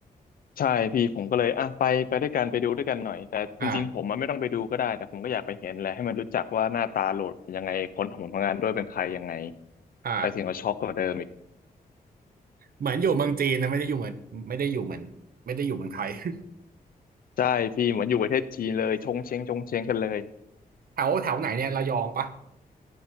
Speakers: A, on the left; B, on the right.
A: ใช่พี่ผมก็เลยอ่ะไปไปด้วยกันไปดูด้วยกันหน่อยแต่จริงๆผมมันไม่ต้องไปดูก็ได้แต่ผมก็อยากไปเห็นแหละให้มันรู้จักว่าหน้าตาโหลดเป็นยังไงคนทำผลงานด้วยเป็นใครยังไง
B: อ่าอ่า
A: ไปถึงก็ช็อกกว่าเดิมอีก
B: เหมือนอยู่เมืองจีนนะไม่ได้อยู่เหมือนไม่ได้อยู่เหมือนไม่ได้อยู่เมืองไทย <laughs>
A: ใช่พี่เหมือนอยู่ประเทศจีนเลยชงเชงชงเชงกันเลย
B: แถวแถวไหนเนี่ยระยองปะ